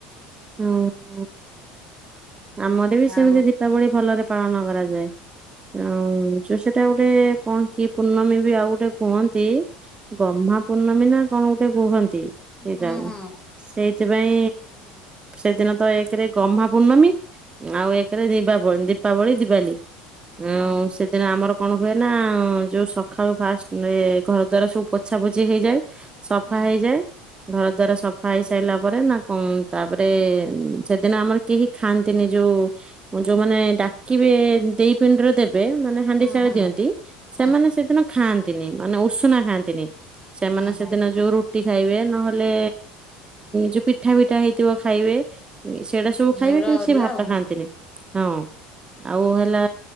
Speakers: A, on the right (about 25°); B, on the left (about 20°).
A: ହୁଁ। ଆମର ବି ସେମିତି
B: ଆଉ
A: ଦୀପାବଳି ଭଲରେ ପାଳନ କରାଯାଏ। ଆଉ ଯୋ ସେଟା ଗୋଟେ କଣ କିଏ ପୂର୍ଣ୍ଣମୀ ବି ଆଉ ଗୋଟେ କୁହନ୍ତି ଗହ୍ମା ପୂର୍ଣ୍ଣମୀ ନା କଣ ଗୋଟେ କୁହନ୍ତି। ସେଇଟା
B: ହୁଁ ହୁଁ
A: ସେଇଥିପାଇଁ ସେଦିନ ତ ଏକରେ ଗହ୍ମା ପୂର୍ଣ୍ଣମୀ ଆଉ ଏକରେ ଦୀବାବଳି ଦୀପାବଳି ଦୀବାଲି ଆଉ
B: ହୁଁ
A: ସେ ଦିନ ଆମର କଣ ହୁଏ ନା ଯୋଉ ସକାଳୁ ଫାଷ୍ଟ ଘର ଦ୍ୱାର ସବୁ ପୋଛା ପୋଛି ହେଇଯାଏ। ସଫା
B: ହୁଁ
A: ହେଇଯାଏ। ଘର ଦ୍ବାର ସଫା ହେଇ ସାରିଲା ପରେ ନା କଣ ତାପରେ ସେଦିନ ଆମର କେହି ଖାଆନ୍ତି ତିନି ଯୋଉ ଯୋଉମାନେ ଡାକିବେ ଦେଇ ପିଣ୍ଡିରେ ଦେବେ ବେ ମାନେ ହାଣ୍ଡିଶାଳେ
B: ହୁଁ ହୁଁ ହୁଁ
A: ଦିଅନ୍ତି
B: ହୁଁ
A: ସେମାନେ ସେଦିନ ଖାଆନ୍ତିନି ମାନେ ଉଷୁନା ଖାଆନ୍ତିନି। ସେମାନେ
B: ହଁ
A: ସେଦିନ
B: ହଁ
A: ଯୋଉ ରୁ ଟି ଖାଇବେ ନହେଲେ ଯୋଉ ପିଠା ପିଠା ହେଇଥିବ ଖାଇବେ। ସେଇଟା ସବୁ ଖାଇବେ
B: ଘର
A: କିନ୍ତୁ
B: ଅରୁଆ
A: ସେ ଭାତ
B: ଆଉ
A: ଖାଆନ୍ତିନି ହଁ। ଆଉ ହେଲା